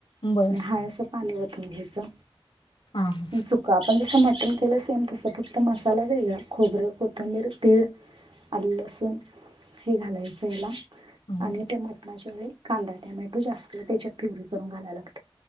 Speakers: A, on the left (about 65°); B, on the right (about 65°).
A: बरं.
B: हाय असं पाणी वतून घ्यायचं.
A: हां हा.
B: सुका आपण जसं मटन केलं सेम तसं फक्त मसाला वेगळा खोबरं कोथंबीर तीळ आलं लसूण हे घालायचं तेला
A: हां,
B: आणि त्या मटणाच्या वेळी कांदा टोमॅटो जास्त त्याच्यात प्युरी करून घालायला लागतयं.